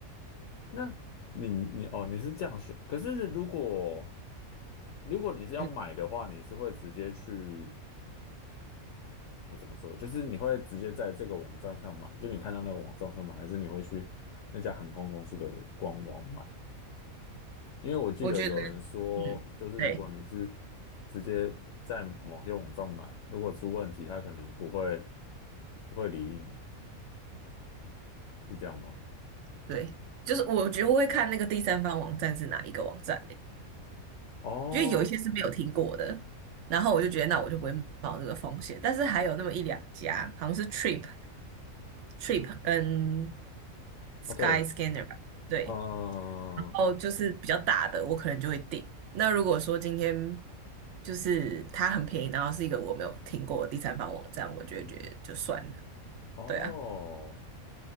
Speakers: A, on the left (about 65°); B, on the right (about 65°).
A: 那你你哦，你是这样选，可是如果如果你是要买的话，
B: 嗯，
A: 你是会直接去，哎，怎么说？就是你会直接在这个网站上买，就你看到那个网站上买，还是你会去那家航空公司的官网买？因为我记得有嗯人说，
B: 我觉得，嗯，
A: 就是如果你是
B: 对
A: 直接在某些网站买，如果出问题，他可能不会不会理你。是这样吗？
B: 对，就是我觉得我会看那个第三方网站是哪一个网站。
A: 哦，
B: 因为有一些是没有听过的，然后我就觉得那我就不会冒这个风险，但是还有那么一两家，好像是 Trip、Trip 跟 Sky
A: 哦，对，
B: Scanner 吧，对，
A: 嗯，
B: 然后就是比较大的，我可能就会订。那如果说今天就是它很便宜，然后是一个我没有听过的第三方网站，我就会觉得就算了，
A: 哦，
B: 对啊，